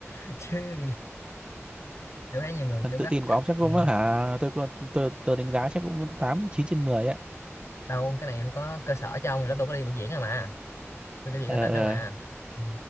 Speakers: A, on the left; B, on the right.
A: <laughs> chứ kiểu thấy nhiều người
B: phần
A: kiểu
B: tự
A: bắt
B: tin của
A: khóc
B: ông chắc cũng
A: ừ.
B: hả tôi cũng- tôi tôi đánh giá chắc cũng tám chín trên mười á
A: đâu cái này có cơ sở cho ông đó tôi có đi biểu diễn rồi mà tôi đi viện
B: ờ
A: ở tỉnh
B: ờ
A: đâu mà Ừ.